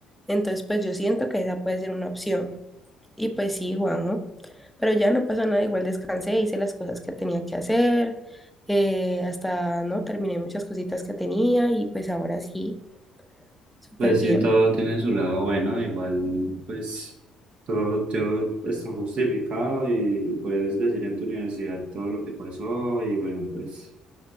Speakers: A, in the centre; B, on the right (about 45°).
A: Entonces, pues yo siento que esa puede ser una opción. Y pues sí, Juanjo, pero ya no pasó nada, igual descansé, hice las cosas que tenía que hacer, eh, hasta, ¿no? Terminé muchas cositas que tenía y pues ahora sí, súper
B: Pues
A: bien.
B: sí, todo tiene su lado bueno, igual pues todo, todo está justificado y, y puedes decir en tu universidad todo lo que pasó y bueno, pues